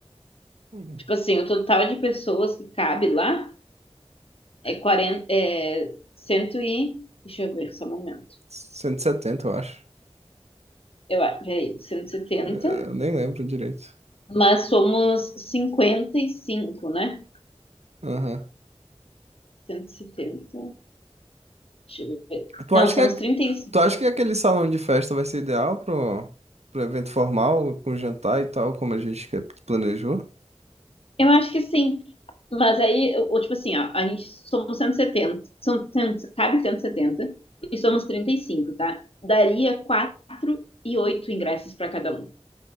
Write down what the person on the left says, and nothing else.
Tipo assim, o total de pessoas que cabe lá é 40, é 100 e. Deixa eu ver só um momento.
Eu, a- peraí, cento e setenta,
Mas somos 55, né?
170. Deixa eu ver.
Não,
somos
trinta e cinco
Eu acho que sim. Mas aí, ou, tipo assim, ó, a gente somos cento e setenta São, 100 cabe cento e setenta e somos trinta e cinco tá? Daria 4 e 8 ingressos para cada um.